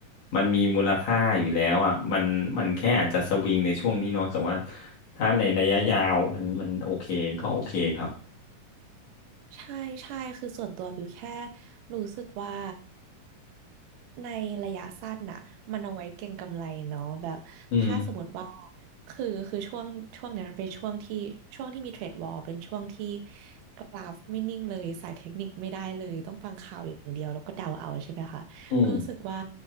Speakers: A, on the left (about 65°); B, on the right (about 85°).
A: มันมีมูลค่าอยู่แล้วอ่ะมันมันแค่อาจจะสวิงในช่วงนี้เนาะแต่ว่าถ้าในระยะยาวมันมันโอเคก็โอเคครับ
B: ใช่ใช่คือส่วนตัวบิวแค่รู้สึกว่าในระยะสั้นน่ะมันเอาไว้เก็งกำไรเนาะแบบถ้าสมมติว่า
A: อืม
B: คือคือช่วงช่วงเนี้ยมันเป็นช่วงที่ช่วงที่มีเทรดวอร์เป็นช่วงที่กราฟไม่นิ่งเลยสายเทคนิคไม่ได้เลยต้องฟังข่าวอย่างเดียวแล้วก็เดาเอาใช่ไหมคะ <laughs>
A: อืม
B: ก็รู้สึกว่า